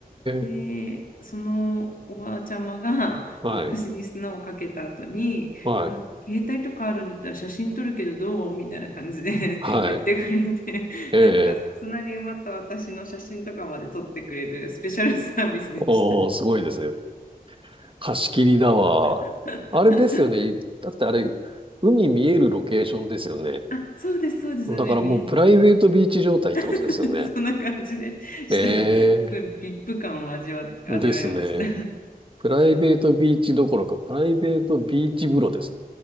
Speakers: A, on the left; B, on the right.
A: で、
B: え。
A: そのおばあちゃまがまあ私に砂をかけた後に、
B: はい。はい。
A: なんか携帯とかあるんだったら写真撮るけどどうみたいな感じで <laughs>
B: はい。
A: 言ってくれて、
B: ええ。
A: なんか砂に埋まった私の写真とかまで撮ってくれるスペシャルサービスでした。
B: おー、すごいですね。貸し切りだわ。
A: <laughs>
B: あれですよね。だってあれ、海見えるロケーションですよね。
A: あ、そうです、そうです、海見えるね。
B: だからもうプライベートビーチ状態ってことですよね。
A: <laughs> そんな感じでした。
B: ええ
A: すごい v ップ感を味わ、味わいました。
B: ですね。プライベートビーチどころか、プライベートビーチ風呂です。